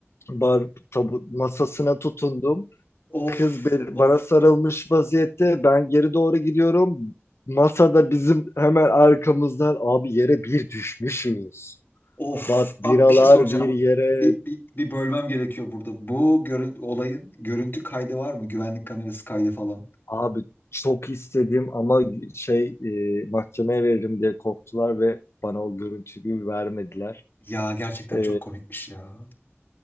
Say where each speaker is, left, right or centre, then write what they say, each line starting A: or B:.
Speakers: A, on the left; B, on the left.
A: Bar tabu masasına tutundum.
B: Of
A: Kız be-
B: of
A: bana sarılmış vaziyette. Ben geri doğru gidiyorum. Masada bizim hemen arkamızdan abi yere bir düşmüşüz.
B: of.
A: Bak
B: Abi
A: biralar
B: bir şey soracağım.
A: bir yere,
B: Bir, bir, bir bölmem gerekiyor burada. Bu görün, olayın görüntü kaydı var mı? Güvenlik kamerası kaydı falan.
A: Abi çok istedim ama şey e, mahkemeye veririm diye korktular ve bana o görüntüyü vermediler.
B: Ya gerçekten
A: E,
B: çok komikmiş ya.